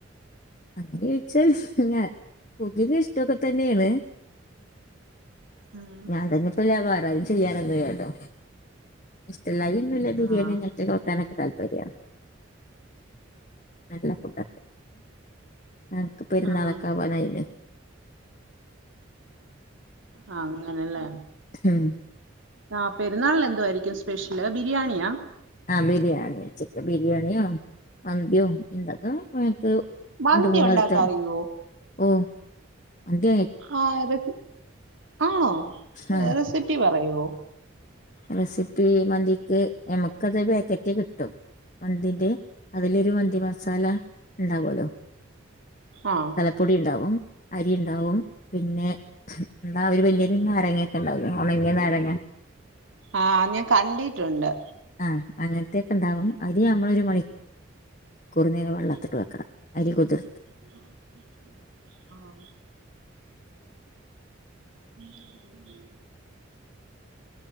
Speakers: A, on the left (about 40°); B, on the right (about 75°).
A: അങ്ങനെ ചോദിച്ചാൽ ല്ലാ കുക്കിംങ്ങ് ഇഷ്ടൊക്കെ തന്നെണ്
B: ഉം
A: ഞാൻ തന്നെ ചെയ്യണം വേറാരും ചെയ്യാനൊന്നും ഇല്ലല്ലോ ഇഷ്ടല്ലായിമന്നുല്ല ബിരിയാണി
B: ആഹ്
A: അങ്ങൻത്തെക്കെ വെക്കാനൊക്കെ താല്പര്യാ <inaudible> നല്ല <unintelligible> ആഹ് അൻക്ക് പെരുന്നാളൊക്ക
B: ആഹ്
A: ആവാനായില്ലേ
B: ആഹ് അങ്ങനെല്ലേ
A: ഹ്മ്മ്
B: ആഹ് പെരുന്നാളില് എന്തുവായിരിക്കും സ്പെഷ്യല് ബിരിയാണിയാ
A: ആഹ് ബിരിയാണി, ചിക്കൻ ബിരിയാണിയോ മന്തിയോ <unintelligible> ഞമ്മക്ക്
B: മന്തി
A: രണ്ട്മൂന്നട്ത്തേ
B: ഉണ്ടാക്കാ അറിയോ
A: ഓഹ് അതേ
B: ആഹ് റെസി ആണോ
A: ആ
B: റെസിപ്പി പറയോ
A: റെസിപ്പി മന്തിക്ക് ഞമ്മക്കതെ പാക്കറ്റ് കിട്ടും മന്തിന്റെ അതിലൊരു മന്തി മസാല ഇണ്ടാവല്ലോ
B: ആഹ്
A: പൊടിണ്ടാവും അരിണ്ടാവും പിന്നെ ആഹ് ഒര് വല്യയൊരു നാരങ്ങേയൊക്കെ ഇണ്ടാവൂലേ ഒണങ്ങിയ നാരങ്ങ
B: ആഹ് ഞാൻ കണ്ടിട്ടുണ്ട്
A: ആഹ് അങ്ങൻത്തേക്കണ്ടാവും അരി ഞമ്മളൊരു മണി ക്കൂറ്നേരം വള്ളത്തിട്ട് വെക്കണം അരി കുതിർത്ത്
B: <inaudible> ആഹ് <unintelligible>